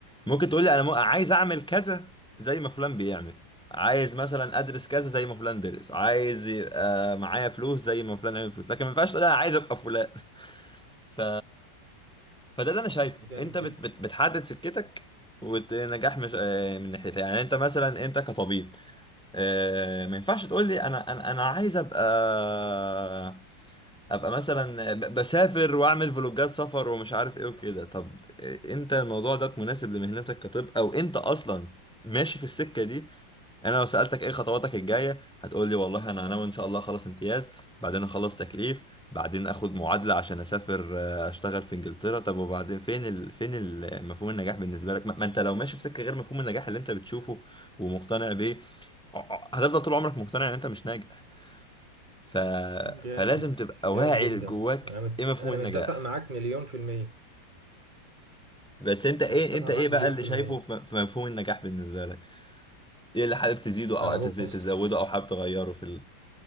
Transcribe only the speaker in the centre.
ممكن تقول لي انا مو- عايز اعمل كذا زي ما فلان بيعمل عايز مثلا ادرس كذا زي ما فلان درس عايز يبقى معايا فلوس زي ما فلان عمل فلوس لكن ما ينفعش تقول لي انا عايز ابقى فلان <laughs> ف فده اللي انا شايفه
انت
بت بت بتحدد سكتك والنجاح مش آه، من ناحيتها يعني انت مثلا انت كطبيب آه، ما ينفعش تقول لي انا انا انا عايز ابقى ابقى مثلا ب- بسافر واعمل فلوجات سفر ومش عارف ايه وكده طب إيه- انت الموضوع ده مناسب لمهنتك كطب او انت اصلا ماشي في السكة دي يعني انا لو سألتك ايه خطواتك الجاية هتقول لي والله انا ناوي ان شاء الله اخلص امتياز بعدين اخلص تكليف بعدين اخد معادلة عشان اسافر آه، اشتغل في انجلترا طب وبعدين فين ال... فين ال- مفهوم النجاح بالنسبة لك ما ما انت لو ماشي في سكة غير مفهوم النجاح اللي انت بتشوفه ومقتنع بيه ع- ع- هتفضل طول عمرك مقتنع ان انت مش ناجح ف...
فلازم تبقى
واعي
لجواك
ايه مفهوم
النجاح
بس انت ايه
انت
ايه بقى
اللي
شايفه
في في مفهوم النجاح بالنسبه لك ايه اللي حابب تزيده او
تز- تزوده او حابب تغيره في ال...